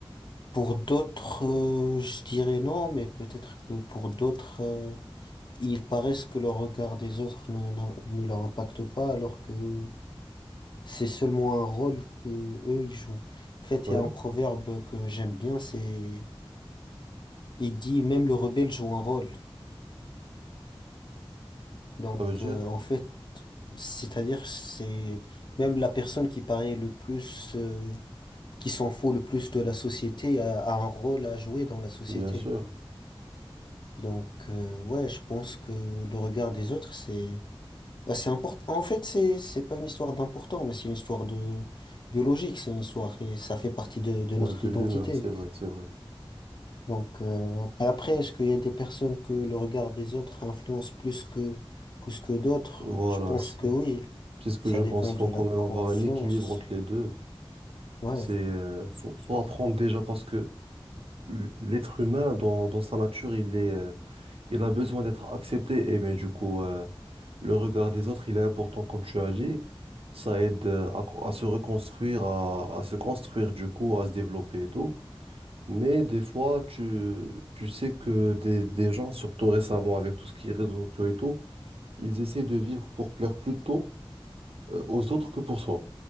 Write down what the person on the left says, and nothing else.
pour d'autres, euh, je dirais non, mais peut-être que pour d'autres, euh, ils paraissent que le regard des autres ne, n'a- ne leur impacte pas, alors que c'est seulement un rôle que eux, ils jouent. En fait,
il y a un proverbe que j'aime bien, c'est, il dit, même le rebelle joue un rôle. Donc,
euh, en fait, c'est-à-dire, c'est même la personne qui paraît le plus, euh, qui s'en fout le plus de la société a, a un rôle à jouer dans la société.
Donc, euh, ouais, je pense que le regard des autres, c'est ouais, c'est important. En fait, c'est c'est pas une histoire d'important, mais c'est une histoire de biologique, c'est une histoire et ça fait partie de, de
notre
identité.
Donc, euh, et après, est-ce qu'il y a des personnes que le regard des autres influence plus que plus que d'autres?
Je pense
que oui.
Ça
dépend
de la
confiance.
Ouais,